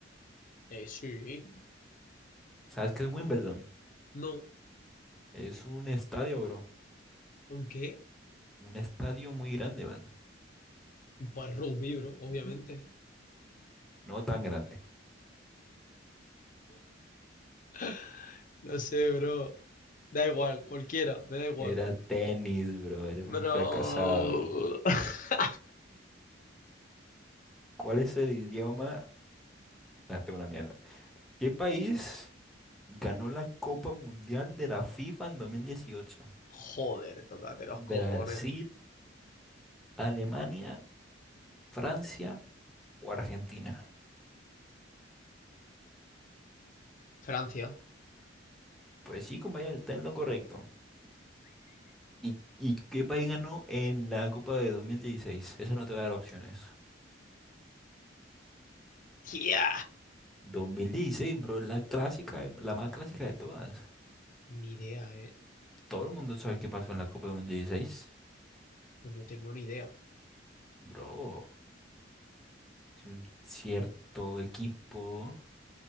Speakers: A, on the left; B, in the centre.
A: Eh, sí.
B: ¿Sabes qué es Wimbledon?
A: No,
B: Es un estadio, bro.
A: ¿con qué?
B: Un estadio muy grande, man.
A: Pues rugby, bro, obviamente.
B: No tan grande.
A: <laughs> No sé, bro. Da igual, cualquiera, me da igual.
B: Era tenis, bro. Eres un
A: Pero.
B: fracasado.
A: <laughs>
B: ¿Cuál es el idioma? date una mierda. ¿Qué país ganó la Copa Mundial de la FIFA en dos mil dieciocho
A: Joder, tócate los
B: ¿Brasil,
A: cojones.
B: Alemania, Francia o Argentina?
A: Francia.
B: Pues sí, compañero, está en lo correcto. ¿Y, y qué país ganó en la Copa de 2016? Esa no te va a dar opciones.
A: ¡Tía!
B: 2016, bro, la clásica, de- la más clásica de todas.
A: Ni idea, eh.
B: Todo el mundo sabe qué pasó en la Copa de 2016.
A: Pues no tengo ni idea.
B: Bro, es un cierto equipo